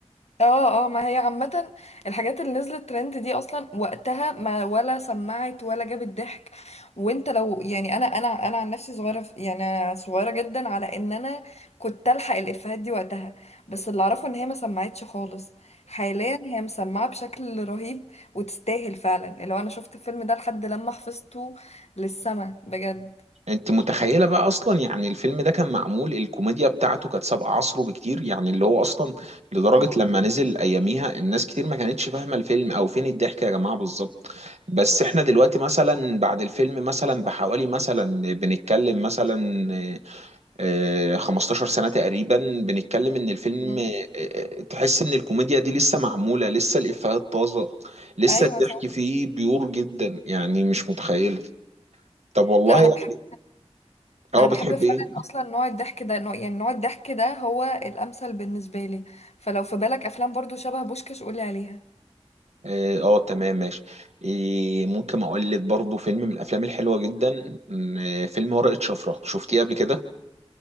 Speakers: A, on the left; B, on the right.
A: اه اه ما هي عامة الحاجات اللي نزلت ترند دي اصلا وقتها ما ولا سمعت ولا جابت ضحك وانت لو يعني انا انا انا عن نفسي صغيرة في- يعني أنا صغيرة جدا على ان انا كنت الحق الافيهات دي وقتها بس اللي اعرفه ان هي ما سمعتش خالص حاليا هي مسمعة بشكل رهيب وتستاهل فعلا اللي هو انا شفت الفيلم ده لحد لما حفظته للسما بجد
B: انت متخيله بقى اصلا يعني الفيلم ده كان معمول الكوميديا بتاعته كانت سابقه عصره بكتير يعني اللي هو اصلا لدرجه
A: آه.
B: لما نزل اياميها الناس كتير ما كانتش فاهمه الفيلم او فين الضحك يا جماعه بالظبط بس احنا دلوقتي مثلا بعد الفيلم مثلا بحوالي مثلا بنتكلم مثلا آه، 15 سنه تقريبا بنتكلم ان الفيلم
A: مم.
B: آه، آه، تحس ان الكوميديا دي لسه معموله لسه الافيهات طازه لسه
A: ايوه
B: الضحك
A: صح
B: فيه بيور جدا يعني مش متخيله طب والله
A: لا
B: يعني،
A: انا بحب
B: اه
A: انا بحب
B: بتحب
A: فعلا
B: ايه
A: اصلا نوع الضحك ده نوع يعني نوع الضحك ده هو الامثل بالنسبه لي فلو في بالك افلام برضو شبه بوشكاش قولي عليها
B: اه آه، تمام ماشي إيه ممكن اقول لك برضو فيلم من الافلام الحلوه جدا م، آه، فيلم ورقه شفره شفتيه قبل كده